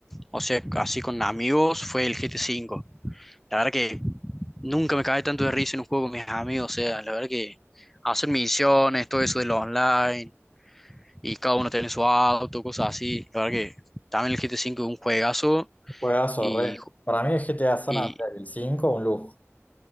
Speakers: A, in the centre; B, on the left (about 30°).
A: o sea, así con amigos fue el GT5. La verdad que nunca me cagué tanto de risa en un juego con mis amigos. O sea, la verdad que hacer misiones, todo eso de lo online y cada uno tiene su auto, cosas así. La verdad que también el GT5 es un juegazo
B: Juegazo,
A: y,
B: re. Para mí el GTA San
A: y
B: Andreas, el 5 un lujo.